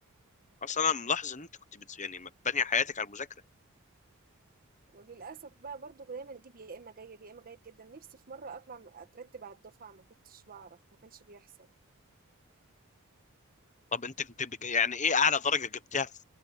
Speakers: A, on the left (about 35°); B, on the right (about 40°).
A: اصلا انا ملاحظ ان انت كنت بتز... يعني بانيه حياتك على المذاكره
B: وللاسف بقى برضو دايما اجيب يا اما جيد يا اما جيد جدا نفسي في مره اطلع من- اترتب على الدفعه ما كنتش بعرف ما كانش بيحصل
A: طب انت كنت بج... يعني ايه اعلى درجه جبتها في